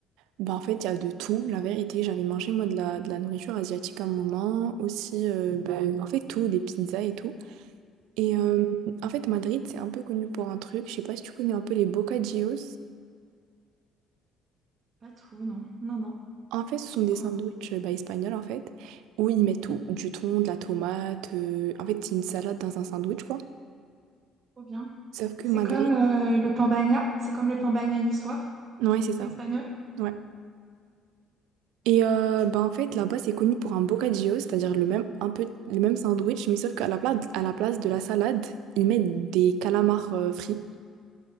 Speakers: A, on the right (about 75°); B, on the right (about 40°).
A: ben en fait, il y a de tout. La vérité, j'avais mangé, moi, de la, de la nourriture asiatique à un moment. Aussi, euh, ben, en fait, tout, des pizzas et tout. Et euh,
B: Ouais,
A: en fait, Madrid, c'est un peu connu pour un truc. Je sais pas si tu connais un peu les bocadillos.
B: pas trop, non. Non, non.
A: En fait, ce sont
B: C'est
A: des
B: quoi?
A: sandwichs bah, espagnols, en fait, où ils mettent tout, du thon, de la tomate. euh, En fait, c'est une salade dans un sandwich, quoi.
B: Trop bien.
A: Sauf que
B: C'est
A: Madrid,
B: comme euh, le Pambagna. C'est comme le Pambagna niçois,
A: ouais, c'est ça.
B: mais espagnol.
A: Ouais. Et euh, bah, en fait, là-bas, c'est connu pour un bocadillo, c'est-à-dire le même, un peu, le même sandwich, mais sauf qu'à la place, à la place de la salade, ils mettent des calamars euh, frits.